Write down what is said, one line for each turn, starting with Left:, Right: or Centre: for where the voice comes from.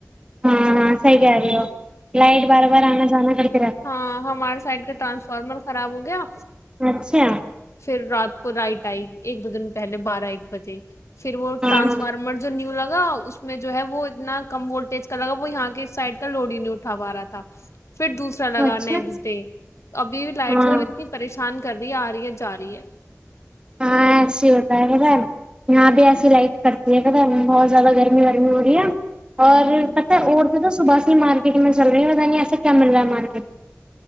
Right: ہاں ہاں صحیح کہہ رہی ہو لائٹ باربار آنا جانا پڑتا
Left: ہاں ہمارے سائڈ کا ٹرانسفارمر خراب ہو گیا
Right: اچھا
Left: پھر رات کو رائٹ آئے گی ایک بجن پہلے بارہ ایک بجے پھر وہ
Right: ہاں
Left: ٹرانسفارمر جو نیو لگا اس میں جو ہے وہ اتنا کم وولٹیج کا لگا وہ یہاں کے سائڈ کا لوڑی نہیں اٹھا پا رہا تھا پھر دوسر لگا
Right: اچھا
Left: نسٹ ڈے ابھی لائٹ
Right: ہاں
Left: ج اتنی پریشان کرنی آ رہی ہے جا رہی ہے
Right: ہاں ایسے ہوتا ہے کہا یہاں بھی ایسی لائٹ کرتی ہے کہا بہت زیادہ گرمی رمی ہو رہی ہے اور
Left: ہوں
Right: پتہ ہے تو صبح ہی مارکٹ میں چل رہیوں کیا مل رہا ہے مارکیٹ